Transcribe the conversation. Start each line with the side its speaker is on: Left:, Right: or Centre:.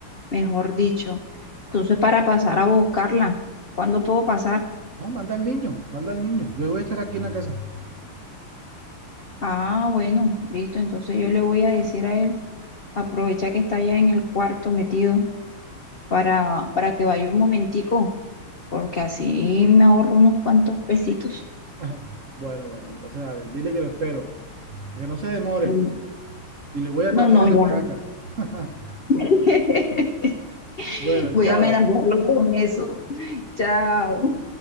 Left: mejor dicho. Entonces, para pasar a buscarla, ¿cuándo puedo pasar?
Right: No, manda al niño, manda al niño. Yo voy a estar aquí en la casa.
Left: Ah, bueno, listo. Entonces yo le voy a decir a él, aprovecha que está allá en el cuarto metido para, para que vaya un momentico, porque así me ahorro unos cuantos pesitos.
Right: <laughs> Bueno, bueno, entonces dale, dile que lo espero. Que no se demore.
Left: Mm,
Right: Y le voy a
Left: No,
Right: cortar
Left: no,
Right: esa
Left: ya.
Right: paraca. <laughs>
Left: <laughs>
Right: Bueno,
Left: Voy
Right: chao.
Left: a amenazarlo con eso. Chao.